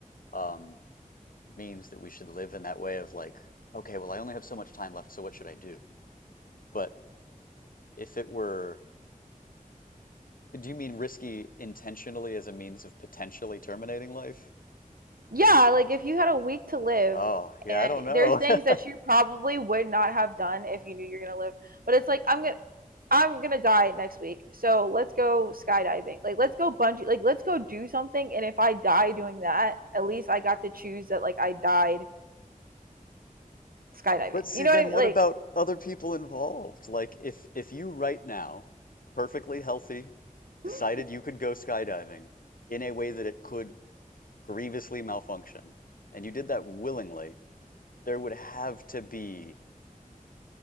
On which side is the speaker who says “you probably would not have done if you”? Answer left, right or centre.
Right